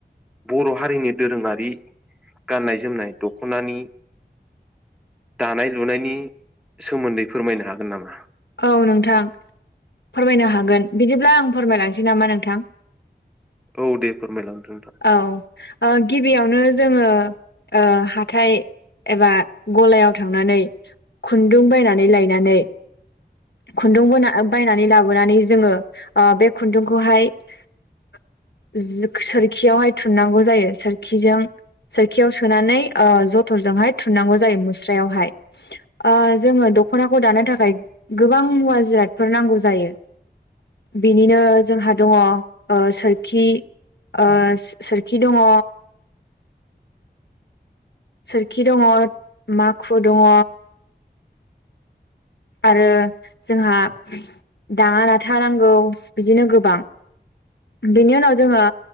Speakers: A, in the centre; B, on the left.
A: बर' हारिनि दोरोङारि गाननाय जोमनाय दख'नानि दानाय लुनायनि सोमोन्दै फोरमायनो हागोन नामा?
B: औ नोंथां फोरमायनो हागोन बिदिब्ला आं फोरमायलांसै नामा नोंथां?
A: औ दे फोरमायलांदो नोंथां।
B: औ ओ गिबियावनो जोङो ओ हाथाय एबा गलायाव थांनानै खुन्दुं बायनानै लायनानै खुन्दुं बोना बायनानै लाबोनानै जोङो ओ-बे खुन्दुंखौहाय, <inaudible> जि-सोरखियावहाय थुननांगौ जायो सोरखिजों सोरखियाव सोनानै ओ-जथरजों हाय थुननांगौ जायो मुस्रायावहाय ओ-जोङो दख'नाखौ दानो थाखाय गोबां मुवा जिरादफोर नांगौ जायो। बिनिनो जोंहा दङ ओ-सोरखि। ओ-सोरखि दङ। सोरखि दङ माखु दङ। आरो जोंहा दाङा ना थाानांगौ बिदिनो गोबां। बेनि उनाव जोङो